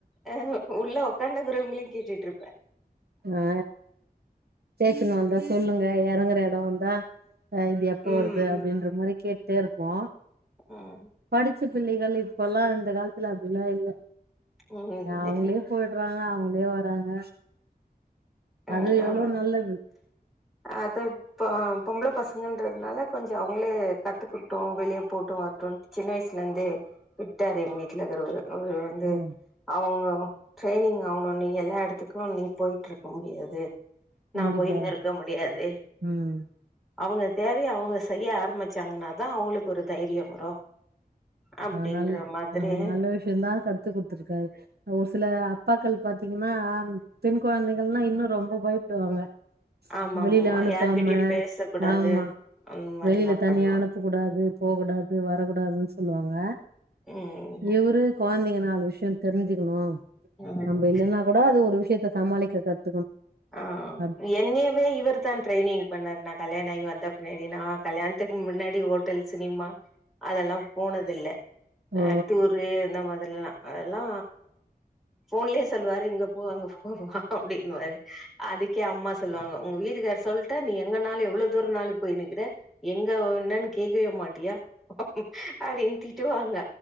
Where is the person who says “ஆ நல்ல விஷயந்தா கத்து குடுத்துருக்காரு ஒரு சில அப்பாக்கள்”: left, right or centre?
Right